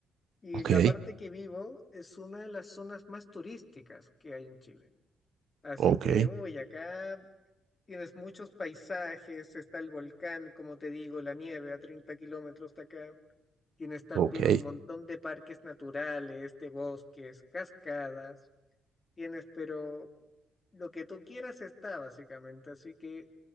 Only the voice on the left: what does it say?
y
la parte que vivo es una de las zonas más turísticas que hay en Chile. Así
que, uy, acá Tienes muchos paisajes, está el volcán, como te digo, la nieve a 30 kilómetros de acá. Tienes también
un montón de parques naturales, de bosques, cascadas. Tienes, pero lo que tú quieras está básicamente. Así que